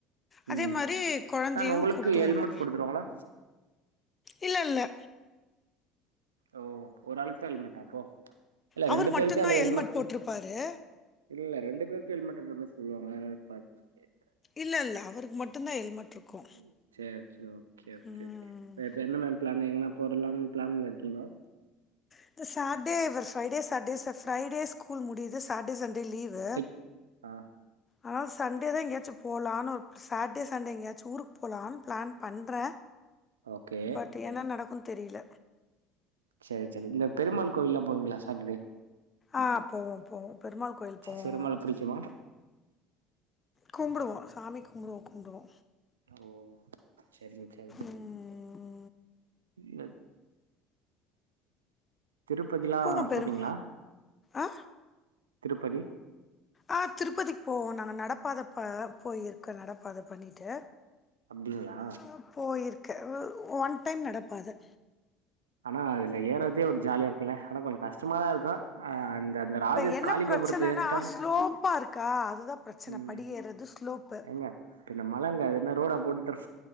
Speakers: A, on the left (about 30°); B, on the right (about 85°).
A: அதே
B: ம்
A: மாரி கொழந்தையு
B: மேம் உங்களுக்கு
A: கூட்டு வரனு
B: ஹெல்மெட் கொடுத்துருவாங்களா
A: இல்லல்ல
B: ஓ ஒரு ஆளுக்கு தா ஹெல்மெட்டா ப்ரோ இல்ல
A: அவரு
B: ரெண்டு
A: மட்டுந்தா
B: பேருக்குமே அதுல ஹெல்மெட்
A: போட்ருப்பாரு
B: இல்ல ரெண்டு பேருக்கு ஹெல்மட் இருந்த மாரி சொல்லுவாங்க அதா பாத்திருக்க
A: இல்லல்ல அவருக்கு மட்டும்தா ஹெல்மெட் இருக்கு
B: ம் செர் செரி ஓகே ஒகே
A: ம்
B: ஒகே நேத்து என்ன மேம் பிளான் எங்கனா போறலாம்னு பிளான்ல இருக்கீங்க
A: இந்த சாட்டர்டே இவர் Friday Saturday sir Friday school முடியுது சாட்ர் சண்டே லீவு
B: ஹை. ஆ
A: ஆனா சண்டே தா எங்கேயாச்சு போலான்னு ஒர் க்கு சண்டே எங்காச்சூ ஊருக்கு போலான் பிளான் பண்றே
B: ஓகே
A: பட் என்ன நடக்குன் தெரில
B: சேரி சேரி இந்த பெருமாள் கோவில்ல்லா போவீங்களா சாட்டர்டே
A: ஆ போவோ போவோ பெருமாள் கோவில்லுக்கு போவோ
B: பெருமாள புடிக்குமா
A: கும்பிடுவோ சாமி கும்டுவோ கும்டுவோ
B: ஓ சரி ஓக்கேங்
A: ம்
B: இல்லத் திருப்பதிலா
A: போவோ பெரும்
B: போவீங்களா
A: ஆ
B: திருப்பதி
A: ஆ திருப்பதிக்கு போவோ நாங்க நடப்பாதப் போ போயிருக்கோ நடப்பாத பண்ணிட்டு
B: அப்டிங்களா
A: ஆ போயிருக்கே ஒன் டைம் நடப்பாத
B: ஆனா அதுல ஏறதே ஒரு ஜாலியா இருக்குன்ல்ல ஆனா கொஞ்சோ கஷ்டமா தா இருக்கும் அந்த அந்த ராஜ
A: என்ன
B: காளி
A: பிரச்சனைன்னா
B: கோபுரத்த ஏறிட்டாலே
A: ஸ்லோப்பா இருக்கா அதுதா பிரச்சனை
B: ம்
A: படி ஏறது ஸ்லோப்பு
B: ஏங்க பின்ன மழங்க அது என்ன ரோடா போட்டு தர